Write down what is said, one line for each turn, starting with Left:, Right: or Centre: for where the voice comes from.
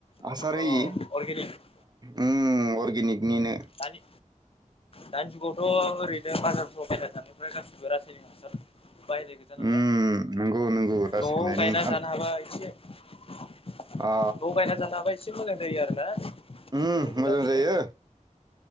Right: हासार
Left: अ
Right: होयि
Left: अर्गेनिक
Right: उम अरगेनिक मिनो
Left: दानि दानि जुगावथ' ओरैनो बाजारफ्राव बायना <unintelligible> <unintelligible> बायनाय गोजा नालाय
Right: उम नंगौ नंगौ रासायनारि
Left: न'आव गायना
Right: ओंखाम
Left: जानो हाबा एसे न'आव
Right: अ
Left: गायना जानो हाबाय एसे मोजां जायो आरो ना
Right: उम
Left: एम्फौ एनलाफोरखौ
Right: मोजां जायो